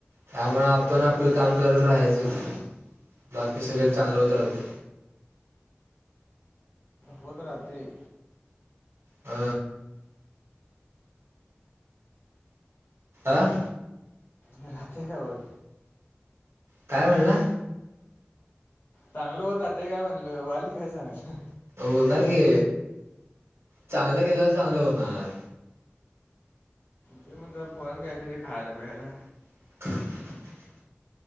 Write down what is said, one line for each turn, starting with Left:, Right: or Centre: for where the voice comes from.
Right: त्यामुळ आपण आपलं काम करत राहायचं. बाकी सगळ चांगल होत राहतय.
Left: होत राहतय.
Right: अ...... आ?
Left: राहतय काय होत?
Right: काय म्हणला?
Left: चांगलं होत राहतय काय म्हणलं? व्हालय काय चांगलं?
Right: होणार की, चांगलं केल्यावर चांगलं होणार.
Left: ते मग तुला पोरण द्यायच ते खायला बियला.
Right: <inaudible>